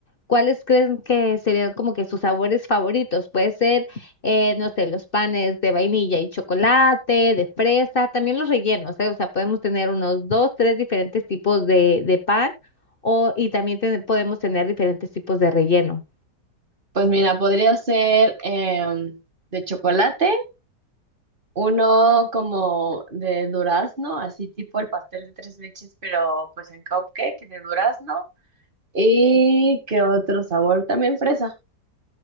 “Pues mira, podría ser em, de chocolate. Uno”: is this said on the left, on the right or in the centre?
Right